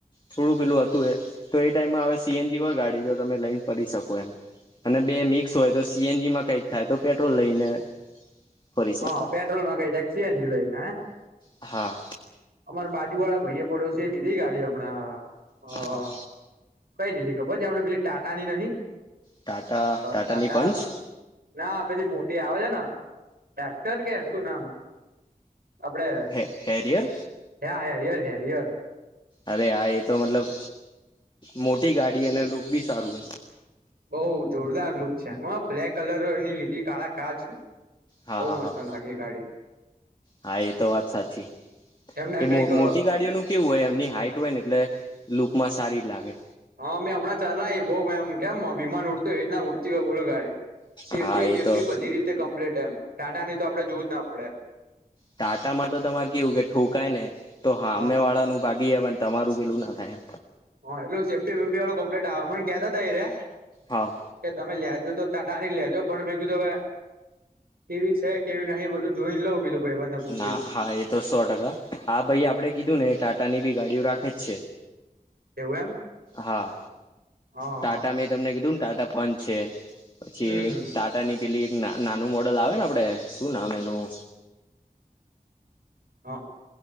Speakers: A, on the left; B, on the right.
A: થોડું પેલું હતું એ તો એ ટાઈમમાં હવે સીએનજી હોય ગાડી તો તમે લઈને ફરી શકો એમ અને બે મિક્સ હોય તો સીએનજી માં કઈક થાય તો પેટ્રોલ લઈને ફરી શકો
B: હા
A: એમ
B: પેટ્રોલ માં કઈ જક છી લઈ ને હ
A: હા.
B: અમાર બાજુ વાળા ભાઈ પડોસે એ લીધી ગાડી હમણાં હ
A: હા.
B: કઈ દીધી ખબર છે, આપે પેલી ટાટાની નહિ
A: ટાટા ટાટાની
B: ટાટા
A: પંચ
B: ના પેલી મોટી આવે ના ડાકતર કે શું નામ આપડે
A: હે હેરિયર
B: હે હિયર હિયર
A: અરે હા એ તો મતલબ મોટી ગાડી અને લુક બી સારું હોય.
B: બહુ જોરદાર લુક છે હું બ્લેક કલરની લીધી કાળા કાજ
A: હા
B: બઉ
A: હા
B: મસ્ત
A: હા
B: લાગે ગાડી
A: હા એ તો વાત સાચી.
B: એમને
A: એ
B: કઈક
A: મોટી ગાડીઓનું કેવું હોય એમની હાઈટ હોય ને એટલે લુકમાં સારી લાગે.
B: હા મેં હમણાં ચલાવી બઉ એમ કેમ વિમાન ઉડતું એવી રીતના ઉડતી બોલો ગાડી સેફ્ટી
A: હા
B: બેફ્ટી
A: એ તો
B: બધી રીતે કમ્પ્લીટ એમ ટાટા ની તો આપડે જોવું જ ના પડે.
A: ટાટામાં તો તમારે કેવું કે ઠોકાય ને તો હામે
B: હા
A: વાળાનું ભાગ ગ પણ તમારું પેલું ના થાય.
B: હા એટલું સેફ્ટી વેફ્ટી વાળું કમ્પ્લીટ આવે મને કેતા તા એ રે
A: હા
B: એ તમે લેજો તો ત તારી લેજો પણ મેં કીધું હ કેવી છે કેવી નહી બધું જોઈને લઉું કીધું ભાઈબંધને પૂછીને
A: ના હા એ તો સો ટકા હા ભાઈ આપડે કીધું ને ટાટા ની બી ગાડીઓ રાખે જ છે.
B: એવું એમ
A: હા
B: હા
A: ટાટા
B: હા
A: મેં તમને કીધું ને ટાટા પંચ છે પછી
B: હમ હમ
A: ટાટા ની પેલી એક નાનું મોટું આવે ને આપડે શું નામ એનું
B: હા.